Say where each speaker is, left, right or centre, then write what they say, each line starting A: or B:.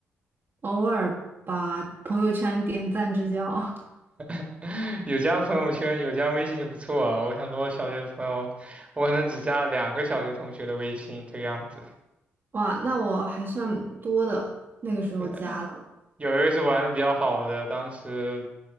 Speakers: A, on the right; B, on the right.
A: 偶尔把朋友圈点赞之交，
B: <laughs> 有加朋友圈，有加微信就不错了。我想跟我小学的朋友，我可能只加两个小学同学的微信这个样子。
A: <laughs> 哇，那我还算多的，那个时候加了，
B: 对，有一个是玩的比较好的，当时